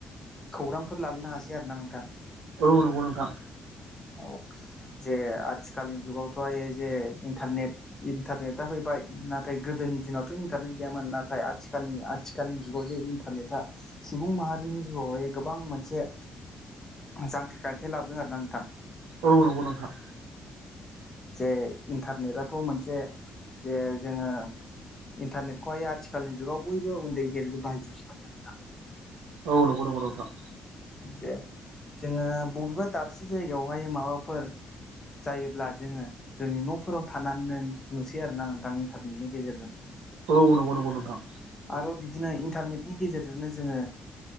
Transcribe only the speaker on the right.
औ नंगौ नोंथां
औ नंगौ नोंथां
औ नंगौ नंगौ नोंथां
औ नंगौ नंगौ नोंथां